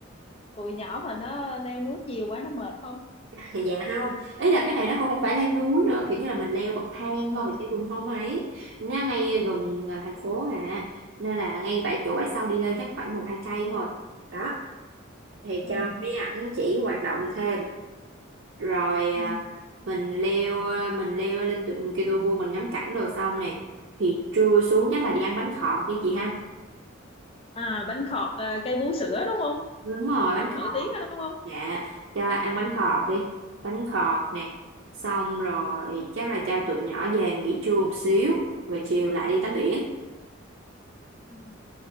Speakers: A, on the left (about 30°); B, on the right (about 60°).
A: tụi nhỏ mà nó leo núi nhiều quá nó mệt không
B: Thì Dạ không, ý là cái này nó cũng không phải leo núi nữa, kiểu như là mình leo bậc thang
A: à,
B: thôi chứ cũng không ấy. Nó ngay gần ờ, thành phố à, nên là ngay bãi chỗ bãi sau đi lên chắc khoảng một hai cây thôi. Đó, thì
A: à,
B: cho mấy ảnh chỉ hoạt động thêm. rồi à,
A: ừ.
B: mình leo mình leo lên tượng Kitô vua mình ngắm cảnh đồ xong nè thì trưa xuống chắc là đi ăn bánh khọt đi chị ha
A: à bánh khọt à, cây vú sữa đúng không
B: đúng rồi bánh
A: quán nổi
B: khọt
A: tiếng đó đúng không
B: dạ cho ăn bánh khọt đi bánh khọt nè xong rồi chắc là cho tụi nhỏ về nghỉ trưa một xíu rồi chiều lại đi tắm biển
A: ừ.